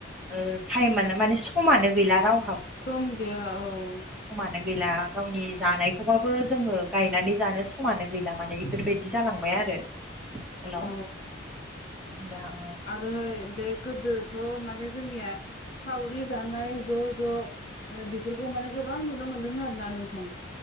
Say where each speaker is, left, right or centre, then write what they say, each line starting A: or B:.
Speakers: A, in the centre; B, on the left.
A: ओ टाइमानो माने समानो गैला राव
B: सम गैया औ।
A: नो गैला गावनि जानायखौबाबो जोङो गायनानै जानो समानो गैला माने इफोरबायदि जालांबाय आ आरो। आथिखालाव
B: औ।
A: दा।
B: आरोहाय बे गोदोथ' माने जोंनिया सावरि जानाय ज' ज'। ओ बेफोरखौ माने गोबां नुनो मोनदों आरो ना नोंथां।